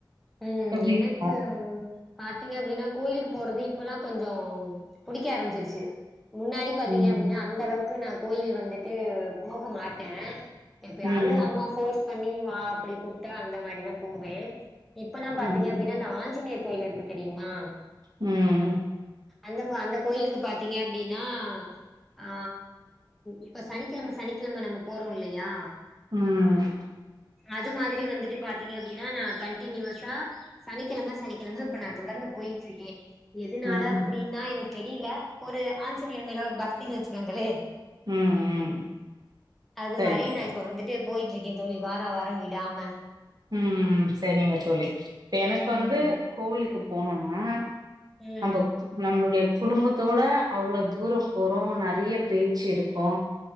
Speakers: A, in the centre; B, on the right.
A: ம்
B: எப்டி
A: எனக்கு
B: இருக்கு
A: பாத்தீங்க அப்டினா கோய்லுக் போறது இப்பலாம் கொஞ்சொ புடிக்க ஆரமிச்சிருச்சு முன்னாடி பாத்தீங்க
B: ம்
A: அப்டினா அந்தளவுக் கு நா கோயில் வந்துட்டு போக மாட் ட எப்பயாது
B: ம்
A: அம்மா போர்ஸ் பண்ணி வா அப்படி கூப்ட்டா அந்த மாரிதா போவே இப்பலா பாத்தீங்க
B: ம்
A: அப்டினா இந்த ஆஞ்சிநேர் கோயில் இருக்கு தெரியுமா
B: ம்
A: அந்தம்மா அந்த கோயிலுக்கு பாத்தீங்க பினா ஆ இப்ப சனிக்கெழம சனி கிலம நம்ம போறோல்லியா
B: ம்
A: அது மாதுரி வந்துட் டு பாத்தீங்க அப்டினா நா கண் டீனிவஸா சனிக்கெழம சனிக்கிலந்து இப்ப நா தொடர்ந்து போய்கிட்ருக்கே எதுனால
B: ம்
A: அப்புடினா எனக் தெரிய்ல ஒரு ஆஞ்சிநேயர் மேல ஒரு பக்தினு வச்சுகோங்களே
B: ம் ம்
A: அது
B: சரி
A: மாரி நா
B: சரி
A: இப்ப வந்துட்டு போயிட் இருக்கேன் தோழி வாரா வாரோ விடாம
B: ம் ம் செரிங்க தோழி இப்ப எனக் வந்து
A: ம்
B: கோவிலுக்குப் போனோனா
A: ம்
B: நம்பக் நம்ளுடிய குடும்பக் தோட அவ்ளோ தூரொ போறோ நறைய பேச்சு இருக்கு